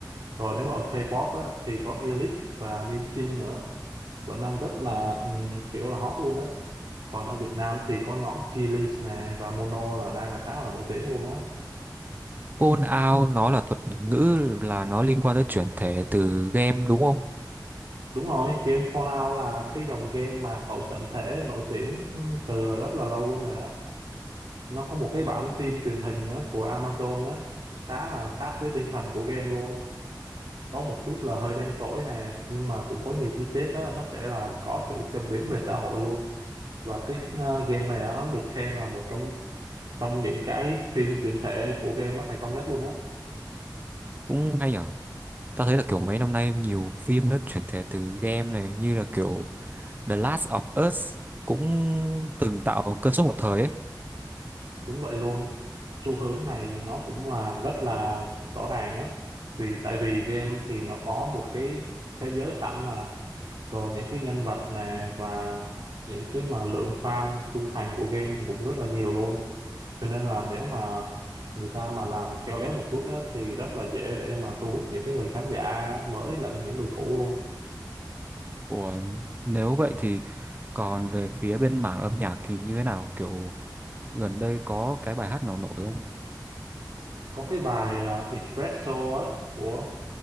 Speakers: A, on the right; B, on the right.
A: Rồi nếu mà ở K-pop á thì có Elite và New Jeans nữa. Vẫn đang rất là ừm, kiểu là hot luôn á. Còn ở Việt Nam thì có nhóm Chillies nè và Mono là đang là khá là nổi tiếng luôn á.
B: Phone out nó là thuật ngữ là nó liên quan tới chuyển thể từ game đúng không?
A: Đúng rồi, game Fallout là cái dòng game mà hậu tận thể nổi tiếng ừm, từ là rất là lâu luôn rồi á. Nó có một cái bản phim truyền hình á, của Amazon á khá là sát với tinh thần của game luôn có một chút là hơi đen tối nè nhưng mà cũng có nhiều chi tiết đó nó sẽ là có sự châm biếm về xã hội luôn và cái ờ, game này á, nó được khen là một trong trong những cái phim chuyển thể của game nó thành công nhất luôn á
B: Cũng hay nhở. Tao thấy là kiểu mấy năm nay nhiều phim nó chuyển thể từ game này như là kiểu The Last of Us cũng từng tạo cơn sốt một thời ấy.
A: đúng vậy luôn xu hướng này nó cũng là rất là rõ ràng á vì tại vì game thì nó có một cái thế giới sẵn mà rồi những cái nhân vật nè và những cái mà lượng fan trung thành của game thì cũng rất là nhiều luôn cho nên là nếu mà người ta mà làm khéo léo một chút á, thì rất là dễ để mà thu hút những cái người khán giả mới lẫn những người cũ luôn
B: Ủa, nếu vậy thì còn về phía bên mảng âm nhạc thì như thế nào? Kiểu gần đây có cái bài hát nào nổi không?
A: có cái bài là Espresso á, của